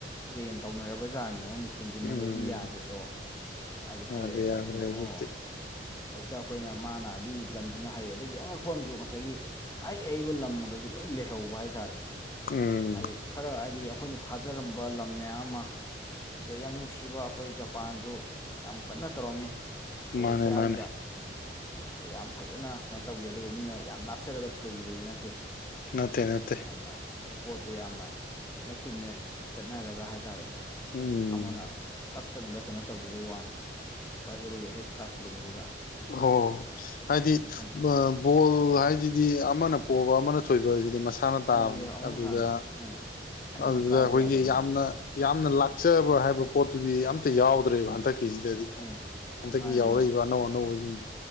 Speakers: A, on the left; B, on the left.
A: ꯇ꯭ꯔꯦꯟ ꯇꯧꯅꯔꯕ ꯖꯥꯠꯅꯤ ꯌꯥꯎꯅꯈꯤ ꯊꯤꯟꯖꯤꯟꯅꯕꯕꯁꯤ
B: ꯎꯝ
A: ꯌꯥꯗꯦꯗꯣ ꯍꯥꯏꯗꯣ ꯈꯜꯂꯛꯑꯦꯕ
B: ꯌꯥꯗ꯭ꯔꯦ ꯌꯥꯗ꯭ꯔꯦ
A: ꯑꯗꯨꯅ
B: ꯍꯧꯖꯤꯛꯇꯤ
A: ꯑꯣ ꯍꯦꯛꯇ ꯑꯩꯈꯣꯏꯅ ꯃꯥꯅ ꯑꯗꯨꯏ ꯂꯝꯗꯨꯅ ꯍꯩꯌꯦ ꯑꯗꯒꯤ ꯑꯉꯛꯄ ꯑꯃꯁꯨ ꯉꯁꯥꯏꯒꯤ ꯑꯩ ꯑꯏꯕ ꯂꯝꯃꯩꯁꯤꯦ ꯂꯣꯏ ꯂꯩꯍꯧꯕ ꯍꯥꯏꯇꯥꯔꯦꯅꯦ
B: ꯎꯝ
A: ꯍꯥꯏꯗꯤ ꯈꯔ ꯍꯥꯏꯗꯤ ꯑꯩꯈꯣꯏꯅ ꯊꯥꯖꯔꯝꯕ ꯂꯝ ꯃꯌꯥꯝ ꯑꯃ ꯑꯗꯩ ꯌꯥꯝ ꯅꯨꯡꯁꯤꯕ ꯑꯩꯈꯣꯏ ꯖꯄꯥꯟꯁꯨ ꯌꯥꯝ ꯀꯟꯅ ꯇꯧꯔꯝꯃꯤ ꯑꯩꯈꯣꯏ
B: ꯃꯥꯅꯦ
A: ꯑꯦꯁꯤꯌꯥꯒꯤꯗ
B: ꯃꯥꯅꯦ
A: ꯑꯗ ꯌꯥꯝ ꯐꯖꯅ ꯀꯩꯅꯣ ꯇꯧꯈꯤ ꯑꯗꯨꯕꯨ ꯃꯤꯅ ꯌꯥꯝ ꯂꯥꯞꯆꯔꯒ ꯊꯣꯏꯈꯤꯕꯗꯤ ꯅꯠꯇꯦ
B: ꯅꯠꯇꯦ
A: ꯍꯥꯏꯗꯤ
B: ꯅꯠꯇꯦ
A: ꯌꯥꯝꯅ ꯄꯣꯠꯇꯨ ꯌꯥꯝꯅ ꯅꯦꯦꯛ ꯇꯨ ꯅꯦꯠ ꯆꯠꯅꯔꯒ ꯍꯥꯏꯇꯥꯔꯦꯅꯦ
B: ꯎꯝ
A: ꯑꯃꯅ ꯀꯛꯇꯪꯗ ꯀꯩꯅꯣ ꯇꯧꯈꯤꯕꯒꯤ ꯋꯥꯅꯤ ꯕ꯭ꯔꯔꯖꯤꯜꯒ ꯍꯦꯛ ꯇꯥꯁꯤꯜꯂꯨꯕꯗꯨꯗ
B: ꯍ ꯍꯥꯏꯗꯤ
A: ꯎꯝ
B: ꯑ <unintelligible> ꯕꯣꯜ ꯍꯥꯏꯁꯤꯗꯤ ꯑꯃꯅ ꯄꯣꯛꯑꯕ ꯑꯃꯅ ꯊꯣꯏꯕ ꯍꯥꯏꯁꯤꯗꯤ ꯃꯁꯥꯅ
A: ꯃꯥꯁꯦ
B: ꯇꯥꯕꯅꯦ
A: ꯑꯍꯨꯝꯁꯥꯅꯤ
B: ꯑꯗꯨꯗ
A: ꯎꯝ ꯑꯅꯤꯃꯛ
B: ꯑꯗꯨꯗ
A: ꯀꯥꯗꯤ
B: ꯑꯩꯈꯣꯏꯒꯤ
A: ꯌꯥꯗꯕꯅꯤꯅ
B: ꯌꯥꯝꯅ ꯌꯥꯝꯅ ꯂꯥꯛꯆꯕ ꯍꯥꯏꯕ ꯄꯣꯠꯇꯨꯗꯤ ꯑꯝꯇ ꯌꯥꯎꯗ꯭ꯔꯦꯕ ꯍꯟꯗꯛ ꯀꯦꯖꯤꯗꯗꯤ
A: ꯎꯝ
B: ꯍꯟꯗꯛꯀꯤ
A: ꯃꯥꯅꯤ
B: ꯌꯥꯎꯔꯛꯏꯕ
A: ꯃꯥꯅꯤ
B: ꯑꯅꯧ ꯑꯅꯧꯕꯁꯤꯡꯁꯦ